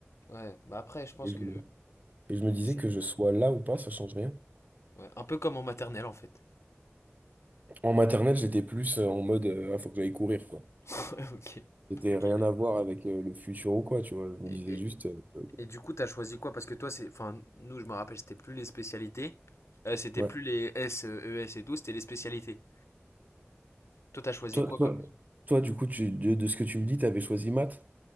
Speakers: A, on the left; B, on the right.
A: ouais. Bah après, je pense
B: Et je
A: que
B: me, et je me disais
A: c'est
B: que je sois là ou pas, ça change rien.
A: ouais, un peu comme en maternelle en fait.
B: En maternelle, j'étais plus euh, en mode euh, ah, faut que j'aille courir quoi.
A: <laughs> Ouais, ok.
B: C'était
A: Ok.
B: rien à voir avec euh, le futur ou quoi, tu vois. Je me
A: Et,
B: disais
A: et-
B: juste euh,
A: et du coup, t'as choisi quoi? Parce que toi, c'est, enfin, nous, je me rappelle, c'était plus les spécialités, Euh, c'était
B: ouais.
A: plus les S, euh, ES et tout, c'était les spécialités. Toi, t'as choisi
B: Toi,
A: quoi
B: toi,
A: comme...
B: toi, du coup, tu, de, de ce que tu me dis, t'avais choisi maths?